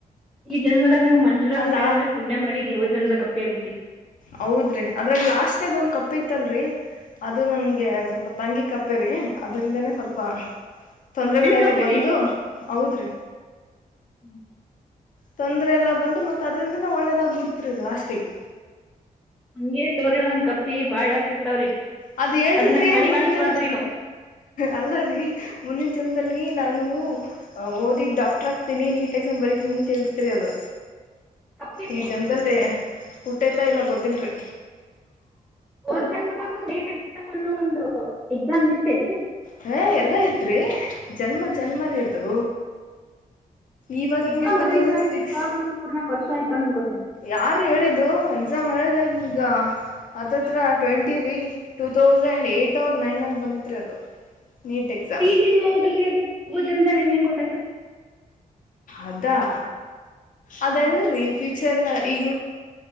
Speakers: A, in the centre; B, on the left.
A: ಈ ಜನ್ಮದಾಗ ನೀವು ಮನಷ್ಯಾರಾಗಿ
B: ಅಲ್ಲ
A: ಹುಟ್ಟಿರಿಂದ್ರೆ ಪುಣ್ಯ ಮಾಡಿರಿ ಹೋದ ಜನ್ಮದ ಕಪ್ಪಿಯಾಗಿ ಹುಟ್ಟಿ
B: ಹೌದ್ರಿ ಅದ್ರಾಗ ಲಾಸ್ಟ್ನದ ಒಂದ್ ಕಪ್ಪ ಇತ್ತಲ್ರರಿ ಅದು ನನ್ಗೆ ಸ್ವಲ್ಪ ತಂಗಿ ಕಪ್ಪೆರಿ ಅದ್ರಿಂದಾನೇ ಸ್ವಲ್ಪ ತೊಂದ್ರಗಳೆಲ್ಲ
A: ಹೆಣ್ಣ ಕಪ್ಪಿರಿ
B: ಬಂದು ಹೌದ್ರಿ
A: ಹ್ಮ್
B: ತೊಂದ್ರ ಎಲ್ಲ ಬಂದು ಮತ್ತ ಅದ್ರಿಂದನ ಒಳ್ಳೇದಾಗ ಬಿಡ್ತರಿ ಲಾಸ್ಟಿಗೆ
A: ಹಂಗೇ ಇರ್ತವ್ರಿ ಒಂದೊಂದ್ ಕಪ್ಪಿ ಬಾಳ್ ಲಕ್ಕಿರ್ತವ್ರಿ
B: ಅದ್ ಹೇಳ್ದಿತ್ರಿ
A: ಅದನ್ನ ಕಡೆ
B: ಮುಂದಿನ
A: ಕಾಣಿಸ್
B: ಜನ್ಮ
A: ಬಾರದರಿ ನಾವು
B: ಅಲ್ಲ ರೀ ಮುಂದಿನ ಜನ್ಮದಲ್ಲಿ ನಾನು ಓದಿ ಡಾಕ್ಟ್ರ್ ಆಗ್ತೀನಿ ನೀಟಾಗಿಸ್ ಬರಿತೀನಿ ಅಂತ ಹೇಳ್ತಿತ್ರಿ ಅದು
A: ಕಪ್ಪಿರಿ
B: ಈ ಜನ್ಮದಲ್ಲೇ ಹುಟ್ಟಿತೋ ಇಲ್ಲ ಗೊತ್ತೀಲ ರೀ
A: ಹೋಗದ ಜನ್ ದಾಗ ನೀಟ್ ಎಕ್ಸಾಮ್ ಅನ್ನೋ ಒಂದು ಎಕ್ಸಾಮ್ ಇತ್ತೇಲ್ರರಿ
B: ಹಾ ಎಲ್ಲಾ ಇದ್ರಿ ಜನ್ಮ ಜನ್ಮರ್ಯದು ಇವಾಗ
A: ಎಕ್ಸಾಮ್
B: ಹಿಂಗೆ ಇಂತು ಟೂ
A: ಅರೈಸ್
B: ತೌಸಂಡ್
A: ಆಗಿ
B: ಸಿಕ್ಸ್
A: <unintelligible>
B: ಯಾರು ಹೇಳಿದ್ದು ಎಕ್ಸಾಮ್ <unintelligible> ಈಗ ಹತದತ್ರ ಟ್ವೆಂಟಿ ರೀ ಟೂ ತೌಸಂಡ್ ಏಟ್ ಅವ್ ನೈನ್ ಅಲ್ಲಿ ಬಂದತ್ರಿ ಅದು ನೀಟ್ ಎಕ್ಸಾಮ್
A: ಈ ಜನ್ಮಾ ಹೋದಲ್ಲ ರೀ ಅದು ಹೋದ ಜನ್ಮದ ನಿಮಗೆ ಹೆಂಗ್ ಗೊತ್ತಾಯ್ತು
B: ಅದಾ ಅದಂಗ್ರೀ
A: ಹಾ ರೀ
B: ಫ್ಯೂಚರ್ ನ ಈ